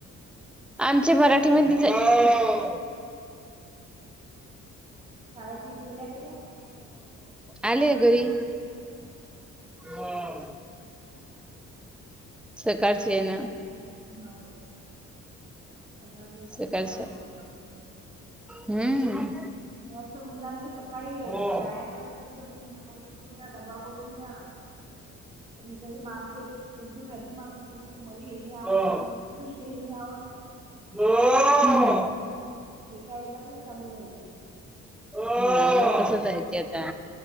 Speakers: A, in the centre; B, on the right.
A: आमचे मराठीमध्येच आहे.
B: शाळेत नईत गेल्या का त्या?
A: आलेय घरी हम्म. सकाळची आहे ना.
B: हाव सकाळची असली
A: सकाळच
B: की धावपळ-धावपळ.
A: हम्म.
B: असतं मुलांले सक काळी
A: हम्म
B: साडेआठ वाजे पर्यंत पूर्ण तयार करून द्या डब्बा करून द्या. कोणी काही मांगते कोणी कोणती भाजी मागते मले हे नई आवडली
A: हम्म,
B: तो म्हणतो मले ते नई आवडली.
A: <unintelligible>
B: एका एकाचच चालू राहते.
A: कस जायच आता?